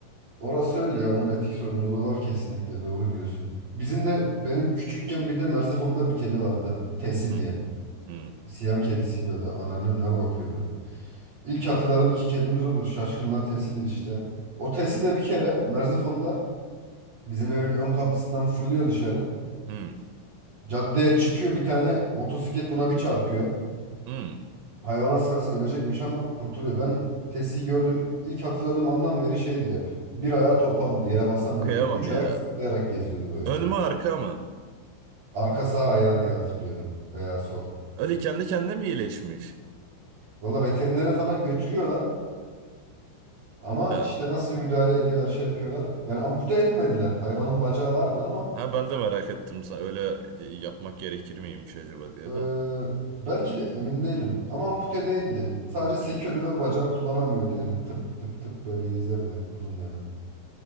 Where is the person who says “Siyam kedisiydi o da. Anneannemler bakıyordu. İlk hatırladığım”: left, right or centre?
Right